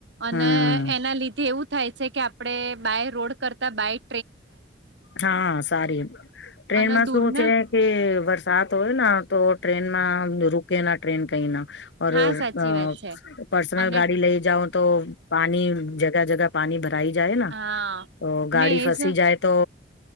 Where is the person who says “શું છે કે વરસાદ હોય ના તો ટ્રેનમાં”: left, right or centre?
Left